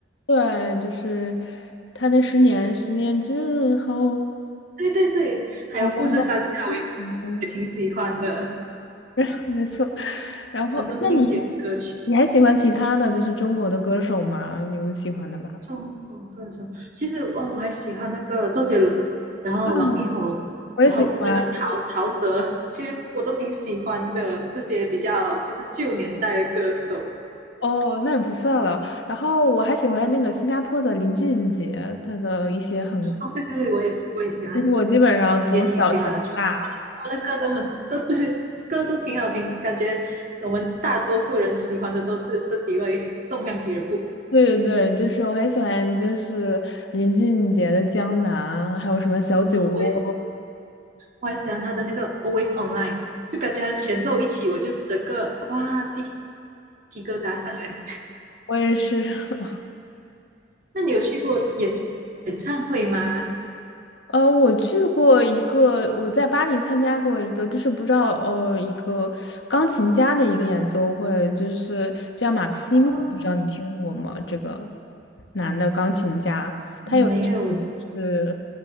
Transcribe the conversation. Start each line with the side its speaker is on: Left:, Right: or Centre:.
Left: 对，就是他那《十年》，十年之后，
Right: 对对对，还有富士山下我也
Left: 我们嗯
Right: 也挺喜欢的，
Left: <laughs> 没错。然后，
Right: 很多经典歌曲。
Left: 那你你还喜欢其他的就是中国的歌手吗？有喜欢的吗？
Right: 中国歌手，其实我我还喜欢那个周杰伦，然后王力宏，
Left: 嗯，我也喜欢。
Right: 然后那个陶陶喆，其实我都挺喜欢的。这些比较就是旧年代的歌手。
Left: 哦，那也不算了。然后我还喜欢那个新加坡的林俊杰，他的一些很，
Right: 哦，对对对，我也我也喜欢，
Left: 就是我基本上从小听到大。
Right: 也挺喜欢的。就他们的歌都很都对，歌都挺好听，感觉我们大多数人喜欢的都是这几位重量级人物。
Left: 对对对，就是我很喜欢，就是林俊杰的《江南》，还有什么《小酒窝》，
Right: 我也是。我还喜欢他的那个 Always Online，就感觉他的前奏一起，我就整个哇鸡皮疙瘩上来。
Left: 我也是。<laughs>
Right: 那你有去过演演唱会吗？
Left: 呃，我去过一个，我在巴黎参加过一个，就是不知道呃，一个钢琴家的一个演奏会，就是叫马克西姆，
Right: 哦，
Left: 不知道你听过吗？这个男的钢琴家，
Right: 没有，
Left: 他有一首就是